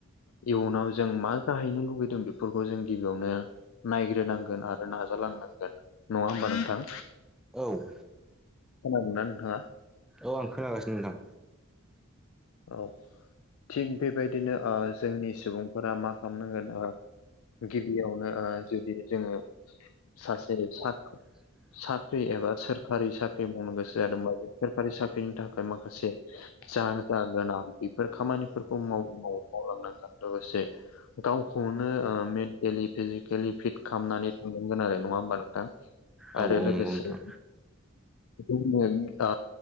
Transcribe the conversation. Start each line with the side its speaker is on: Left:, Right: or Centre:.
Left: इयुनाव जों मा जाहैनो लुुबैदों बेफोरखौ जों गिबियावनो नायग्रोनांगोन आरो नाजालांनांगोन नङा होमबा नोंथां
Centre: औ
Left: खोनादोंमोन ना नोंथाङा
Centre: औ आं खोनागासिनो नोंथां
Left: औ थिग बेबायदिनो ओ जोंनि सुबुंफोरा मा खालामनांगोन ओ गिबियावनो जुदि जोङो सासे सा
Centre: <inaudible>
Left: साख्रि एबा सोरखारि साख्रि मावनो गोसो जादोंबा बे सोरखारि साख्रिनि थाखाय माखासे जा गोनां बेफोर खामानिफोरखौ मावै मावै मावलांनांगोन लोगोसे गावखौनो मेन्टेलि फिजिकेलि फिट खालामनानै थांनांगोन आरो नङा होमबा नों थां
Centre: औ
Left: आरो
Centre: औ
Left: लोगोसे
Centre: नंगौ नोंथां
Left: <unintelligible> ओ